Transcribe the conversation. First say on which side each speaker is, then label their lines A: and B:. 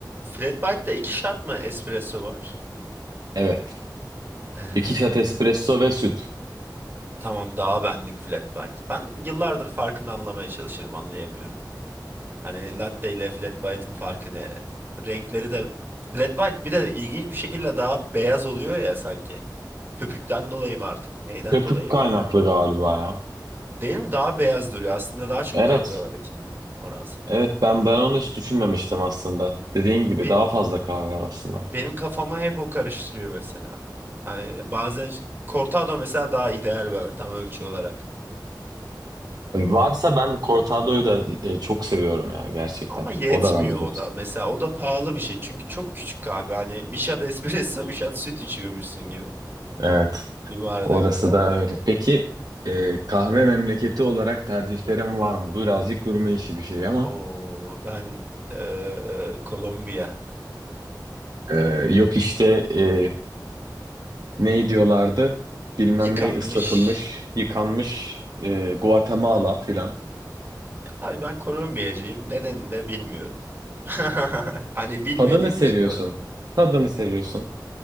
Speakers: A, on the right (about 30°); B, on the right (about 60°).
A: Flat white'da iki shot mı espresso var?
B: Evet.
A: Ee,
B: İki şat espresso
A: fl-
B: ve süt.
A: tamam daha benlik flat white. Ben yıllardır farkını anlamaya çalışırım anlayamıyorum. Hani latte ile flat white'ın farkı ne? Renkleri de flat white bir de ilginç bir şekilde daha beyaz oluyor ya sanki. Köpükten dolayı mı artık? Neyden
B: Köpük
A: dolayı
B: kaynaklı
A: bilmiyorum.
B: galiba ya.
A: Değil mi? Daha beyaz duruyor. Aslında daha çok
B: Evet.
A: kahve var içinde oransal.
B: Evet ben ben onu hiç düşünmemiştim aslında. Dediğin gibi
A: Benim,
B: daha fazla kahve var aslında.
A: benim kafamı hep o karıştırıyor mesela. Hani bazen ş- Cortado mesela daha ideal bana tam ölçü olarak.
B: Varsa ben cortado'yu da e, çok seviyorum ya gerçekten.
A: Ama yetmiyor
B: O da bence çok.
A: o da. Mesela o da pahalı bir şey. Çünkü çok küçük kahve. Hani bir shot espresso, bir shot süt içiyormuşsun gibi.
B: Evet.
A: Bir bardakta.
B: Orası da öyle. Peki e, kahve memleketi olarak tercihlerim var mı? Bu birazcık gurme işi bir şey ama.
A: Oo, ben eee Kolombiyacıyım.
B: e, yok işte e, ne diyorlardı? Bilmem
A: Yıkanmış.
B: ne ıslatılmış, yıkanmış e, Guatemala filan.
A: Abi ben Kolombiyacıyım. Nedenini de bilmiyorum. <laughs> Hani bilmediğim
B: Tadını seviyorsun.
A: için Kolombiya.
B: Tadını seviyorsun.